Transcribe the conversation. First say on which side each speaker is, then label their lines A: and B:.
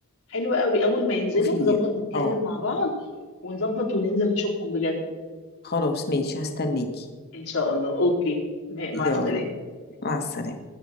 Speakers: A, on the left; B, on the left.
A: حلو قوي اول ما ينزلوا
B: شوفي
A: نظبط نتكلم
B: اه
A: مع بعض ونظبط وننزل نشوفهم بجد
B: خلاص ماشي هستناكي
A: ان شاء الله اوكي مع
B: يلا
A: السلامة
B: مع السلامة